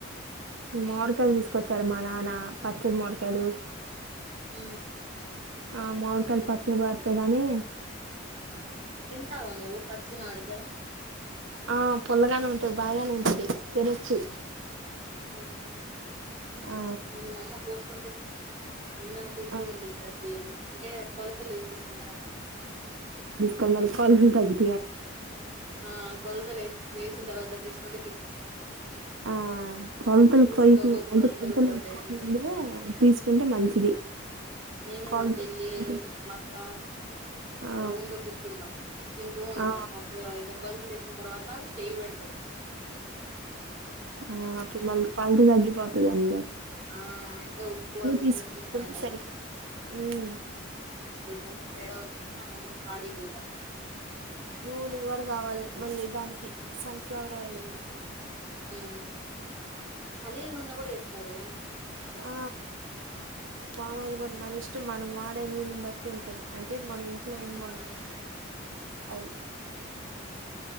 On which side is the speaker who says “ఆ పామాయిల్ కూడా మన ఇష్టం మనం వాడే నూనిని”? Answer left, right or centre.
Right